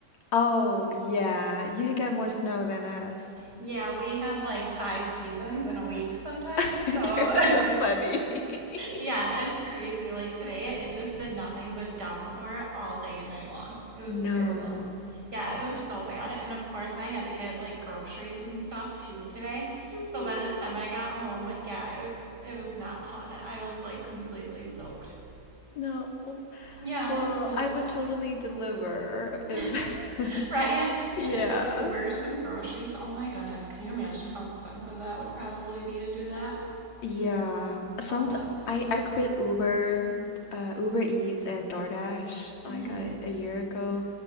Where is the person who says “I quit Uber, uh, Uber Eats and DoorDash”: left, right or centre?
Left